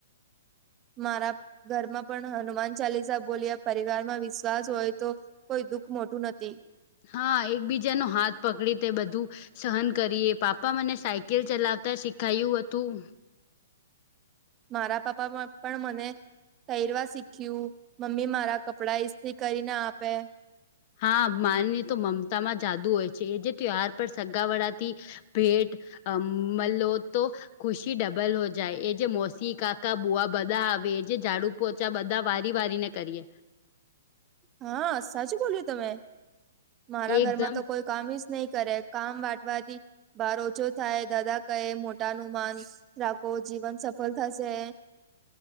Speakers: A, on the right; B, on the left.
A: મારા ઘરમાં પણ હનુમાન ચાલીસા બોલ્યા પરિવારમાં વિશ્વાસ હોય તો કોઈ દુઃખ મોટું નથી
B: હા એકબીજા ન હાથ પકડી તે બધું સહન કરીએ પાપા મને સાયકલ ચલાવતા શીખાયું હતું
A: મારા પાપામાં પણ મને પહેરવા શીખ્યું મમ્મી મારા કપડા ઈસ્ત્રી કરીને આપે
B: હા માની તો મમતામાં જાદુ હોય છે એ જે ત્યહાર પર સગાવડાથી ભેટ અ મલ તો ખુશી ડબલ હો જાય એ જે મોસી કાકા બુઆ બધા આવે એ જે ઝાડુ પોચા બધા વારી વારીને કરીએ
A: હા સાચ બોલ તમે મારા
B: એકદમ
A: ઘરમાં તો કોઈ કામી જ નહી કરે કામ વાટવાથી બાર ઓછો થાય દાદા કહે મોટાનુમાન રાખો જીવન સફળ થશે